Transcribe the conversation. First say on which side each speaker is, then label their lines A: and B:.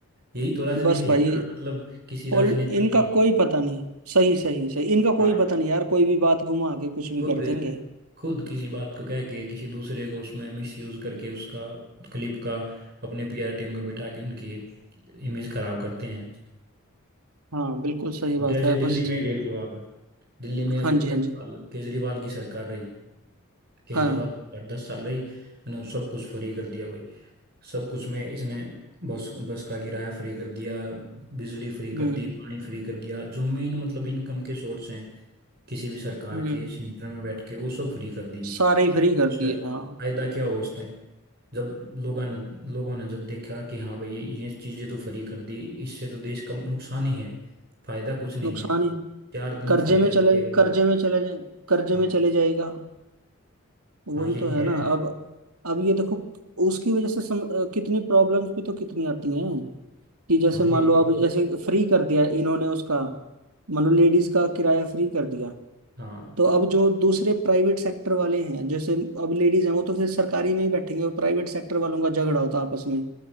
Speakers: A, on the right; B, on the right.
A: यही तो राजनीति
B: बस
A: है
B: भाई
A: ना मतलब किसी राजनेता
B: और इनका
A: की
B: कोई पता नहीं सही सही सही इनका
A: हाँ
B: कोई पता नहीं यार कोई भी बात घुमा के कुछ भी
A: खुद
B: कर देंगे
A: खुद किसी बात को कह के किसी दूसरे को उसमें मिसयूज करके उसका क्लिप का अपने पीआर टीम को बिठा के उनकी इमेज खराब करते हैं
B: हाँ बिल्कुल सही बात
A: जैसे
B: है
A: दिल्ली
B: बस
A: में ही देख लो आप दिल्ली में अब
B: हाँ जी हाँ
A: दस
B: जी
A: साल केजरीवाल की सरकार रही केजरीवाल
B: हाँ
A: की सरकार दस साल रही इन्होंने सब कुछ फ्री कर दिया भाई सब कुछ में इसने बस बस का किराया फ्री कर दिया बिजली फ्री कर
B: हम्म
A: दी पानी फ्री कर दिया जो मेन मतलब इनकम के सोर्स हैं किसी भी सरकार
B: हम्म
A: के सेंटर में बैठ के वो सब फ्री कर दिए
B: सारे ही फ्री कर
A: उससे
B: दिए हाँ
A: फायदा क्या हो उस टाइम जब लोगों ने लोगों ने जब देखा कि हाँ भाई ये चीज़ें तो फ्री कर दी इससे तो देश का नुकसान ही है फायदा कुछ नहीं
B: नुकसान
A: है
B: ही
A: चार दिन
B: कर्जे
A: फायदा
B: में चले
A: दिखेगा
B: कर्जे में चले जाए कर्जे
A: हाँ
B: में चले जाएगा वही
A: हाँ यही
B: तो है
A: है
B: ना अब अब ये देखो उसकी वजह से सम, अ, कितनी प्रॉब्लम्स भी तो कितनी आती हैं कि जैसे
A: हाँ
B: मान
A: यही
B: लो
A: तो
B: अब जैसे फ्री कर दिया इन्होंने उसका मान लो लेडीज का किराया फ्री कर दिया
A: हाँ
B: तो अब जो दूसरे प्राइवेट सेक्टर वाले हैं जैसे अब लेडीज हैं वो तो फिर सरकारी में ही बैठेंगे और प्राइवेट सेक्टर वालों का झगड़ा होता है आपस में